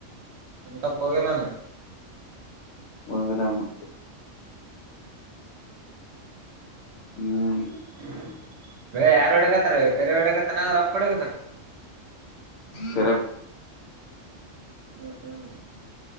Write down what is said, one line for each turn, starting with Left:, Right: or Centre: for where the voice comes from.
Right: ನನ್ ತಪ್ ಹೋಗಿಲ್ಲ ಅಣ್ಣ. <inaudible>
Left: ಓದಿಲ್ಲ ಅವನು ಹ್ಮ್
Right: <unintelligible> <inaudible> ರಿ, ಯಾರು, ಹೊಡೆಕರ್ತರು, ಕರಿಯ, ಒಡೆಯ ಕರ್ತನ, ಅವರಪ್ಪ ಹೊಡೆಕರ್ತನ.? <inaudible>
Left: ಸರಿ
Right: ಹ್ಮ್, ಹ್ಮ್. <inaudible>